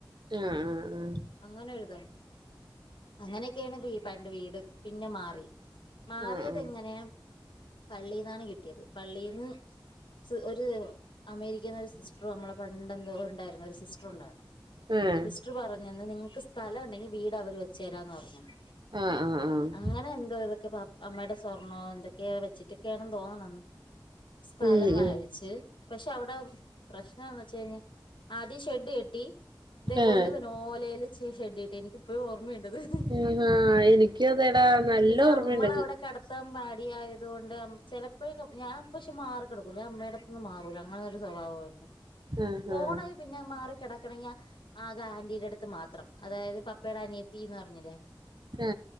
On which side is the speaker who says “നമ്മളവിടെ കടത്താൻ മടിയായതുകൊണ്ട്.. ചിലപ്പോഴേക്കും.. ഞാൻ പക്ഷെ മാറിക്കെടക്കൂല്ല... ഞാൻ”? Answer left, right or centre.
Left